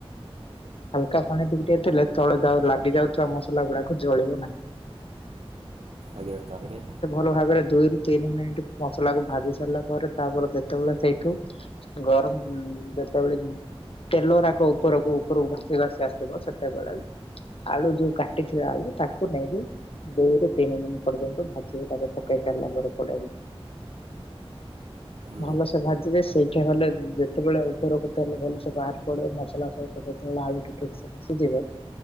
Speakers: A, on the left; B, on the right.
A: ହାଲକା ପାଣି ଟିକେ ଟେ ଦେଇଦେଲେ ତଳେ ଯାଉ ଲାଗି ଯାଉଥିବା ମସଲା ଗୁଡାକ ଜଳିବ ନାହିଁ।
B: ଆଜ୍ଞା ତାପରେ
A: ଭଲ ଭାବରେ ଦୁଇ ରୁ ତିନି ମିନିଟ୍ ମସଲାକୁ ଭାଜି ସାରିଲା ପରେ ତାପରେ ଯେତେବେଲେ ସେଇଠୁ ଗ ହୁଁ ଯେତେବେଳେ ତେଲରାକ ଉପରକୁ ଉପରକୁ ଭାସି ଭାସି ଆସିବ ସେତେବେଳେ ଆଳୁ ଯୋଉ କାଟି ଥିବେ ଆଳୁ ତାକୁ ନେଇକି ଦୁଇ ରୁ ତିନିି ମିନିଟ୍ ପର୍ଯନ୍ତ ଭାଜନ୍ତୁ। ଇଏ ଟାକୁ ପକେଇ ସାରିଲ ପରେ କଡେଇ ରେ
B: ହୁଁ
A: ଭଲସେ ଭାଜିବେ ସେଇଠି ହେଲେ ଯେତେବେଳେ ଉପରକୁ ତେଲ ଭଲସେ ବାହାରି ପଡିବ ମସଲା ସହିତ ଯେତେଳେ ଆଲୁ ଟିକେ ସିଝିଯିବ